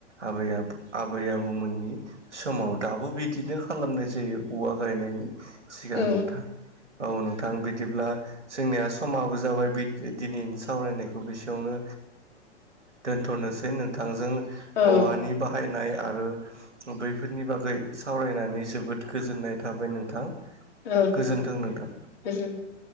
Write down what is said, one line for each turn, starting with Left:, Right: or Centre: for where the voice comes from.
Right: आबै आबु आबै आबौमोननि समाव दाबो बिदिनो खालामनाय जायो औवा गायनायनि सिगां
Left: औ
Right: नोंथां औ नोंथां बिदिब्ला जोंनिया समाबो जाबाय दिनै सावरायनायखौ बेसेयावनो दोन्थ'नोसै नोंथांजों
Left: औ
Right: औवानि बाहायनाय आरो बैफोरनि बागै सावरायनानै जोबोद गोजोननाय थाबाय नोंथां
Left: औ नोंथां
Right: गोजोन्थों नोंथां।
Left: गोजोनथों